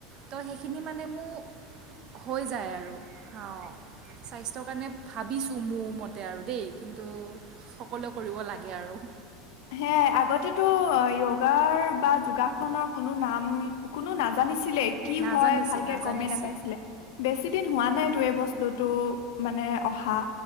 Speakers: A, on the right; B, on the left.
A: ত সেইখিনি মানে মোৰ। হৈ যায় আৰু হা স্বাস্থ্যৰ কাৰণে। ভাবিছোঁ মোৰ মতে আৰু দেই কিন্তু সকলোৱে কৰিব লাগে আৰু।
B: সেয়া আগতেতো য়গাৰ বা যোগাসনৰ কোনো নাম কোনো নাজানিছিল। ছিলে কি
A: নাজানিছিল
B: হয় ভালকে
A: নাজানিছিল
B: গমেই নাপাইছিলে। বেছি দিন হোৱা নাই তো এই বস্তুতটো মানে অহা।